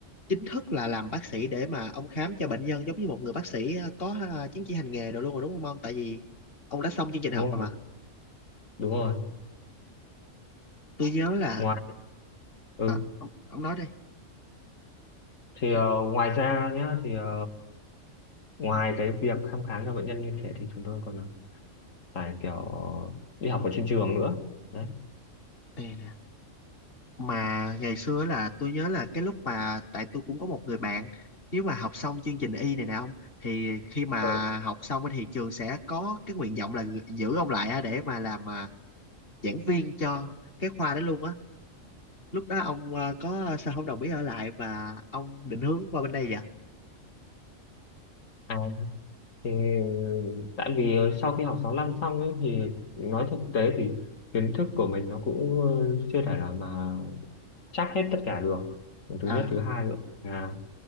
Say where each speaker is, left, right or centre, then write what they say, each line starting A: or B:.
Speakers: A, on the left (about 45°); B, on the left (about 75°).
A: chính thức là làm bác sĩ để mà ông khám cho bệnh nhân giống như một người bác sĩ ờ, có à, chứng chỉ hành nghề rồi luôn rồi đúng không ông? Tại vì ông đã xong chương trình
B: đúng
A: học
B: rồi
A: rồi mà.
B: đúng rồi
A: Tôi nhớ là
B: ngoài ừ
A: à, ông, ông nói đi
B: thì ờ, ngoài ra nhá thì ờ, ngoài cái việc thăm khám cho bệnh nhân như thế thì chúng tôi còn ờ, phải kiểu đi học ở trên trường nữa đấy
A: Nè, mà ngày xưa là tôi nhớ là cái lúc mà tại tôi cũng có một người bạn nếu mà học xong chương trình y này nè ông thì khi mà
B: Ừ.
A: học xong á thì trường sẽ có cái nguyện vọng là giữ ông lại á để mà làm à, giảng viên cho cái khoa đó luôn á lúc đó ông à, có ờ, sao không đồng ý ở lại mà ông định hướng qua bên đây vậy
B: à, thì tại vì sau khi học 6 năm xong ấy thì nói thực tế thì kiến thức của mình nó cũng ờ, chưa thể nào mà chắc hết tất cả được thứ
A: à
B: nhất thứ hai nữa là